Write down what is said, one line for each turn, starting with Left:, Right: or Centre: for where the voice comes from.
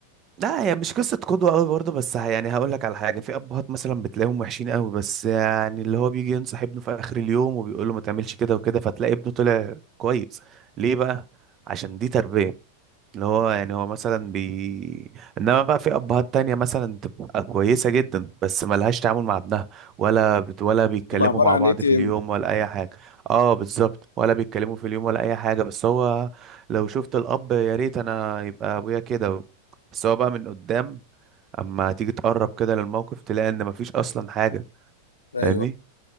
Right: لا هي مش قصة قدوة قوي برضه بس ه- يعني هقول لك على حاجة في أبهات مثلا بتلاقيهم وحشين قوي بس يعني اللي هو بيجي ينصح ابنه في آخر اليوم وبيقول له ما تعملش كده وكده فتلاقي ابنه طلع كويس ليه بقى؟ عشان دي تربية اللي هو يعني هو مثلا بي انما بقى في ابهات تانية مثلا تبقى كويسة جدا بس ملهاش تعامل مع ابنها ولا بت... ولا بيتكلموا
Left: تبقى عباره
Right: مع
Left: عن
Right: بعض
Left: ايه تاني
Right: في اليوم ولا اي حاجة اه بالظبط ولا بيتكلموا في اليوم ولا اي حاجة بس هو لو شفت الاب يا ريت انا يبقى ابويا كده بس هو بقى من قدام اما تيجي تقرب كده للموقف تلاقي ان مفيش اصلا حاجة
Left: ايوه
Right: فاهمني